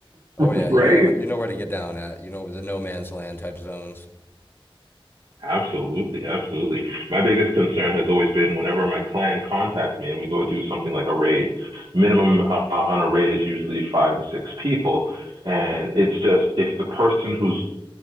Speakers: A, on the left (about 25°); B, on the right (about 55°).
A: Oh yeah.
B: <laughs>
A: You
B: right?
A: know you know where to get down at. You know the no man's land type zones.
B: Absolutely, absolutely. My biggest concern has always been whenever my clan contacts me and we go do something like a raid, minimum uh, uh, on a raid is usually five to six people. And it's just if the person who's